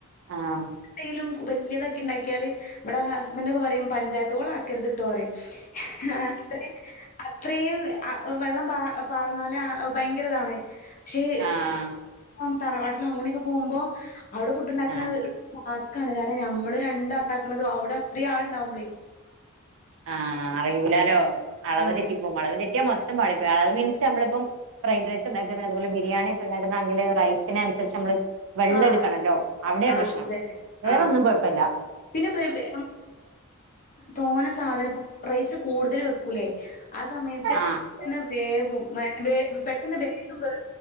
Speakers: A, on the right; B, on the left.
A: ആഹ്.
B: ത്തേലും വല്ല്യതാക്കിണ്ടാക്ക്യാല് ഇവിടെ ഹസ്ബന്റൊക്കെ പറയും പഞ്ചായത്ത് കൊളാക്കരുത്ട്ടോറയും. അത്രീം, അത്രീം അ. വെള്ളം വാർന്നാല് ആ ഭയങ്കരതാണ് പക്ഷെ
A: ആഹ്
B: <inaudible> തറവാട്ടി ലങ്ങനെക്കെ പോവുമ്പോ അവിടെ ഫുഡ്ണ്ടാക്കണ
A: ആഹ്
B: ടാസ്ക് ക്കാണ് കാരണം ഞമ്മള് രണ്ടാക്കണത് അവിടെ അത്രേം ആള്ണ്ടാവുമ്പളെ
A: ആഹ് അറിയൂലാലോ അളവ്
B: അറിയും
A: തെറ്റിപ്പോവും അളവ് തെറ്റിയാ മൊത്തം പാളിപ്പോ അളവ് മീൻസ് നമ്മളിപ്പം. ഫ്രൈഡ്റൈസ്ണ്ടാക്കുന്നെ അതുപോലെ ബിരിയാണി ഒക്കെണ്ടാക്കുന്നാണെങ്കില് റൈസിനനുസരിച്ച് നമ്മള്. വെള്ളെടുക്കണല്ലോ
B: ആഹ്
A: അവിടെ
B: ആഹ്
A: പ്രശ്നം
B: അതെ
A: വേറൊന്നും
B: ആഹ്
A: കൊഴപ്പല്ലാ.
B: പിന്നെ പെ വെ തോന സാധനം ഇപ്പ റൈസ് കൂടുതല് വെക്കൂല്ലെ. ആ സമയത്ത്
A: ആഹ്
B: തന്നെ ന്നെ വേവും പെട്ട പ വേഗം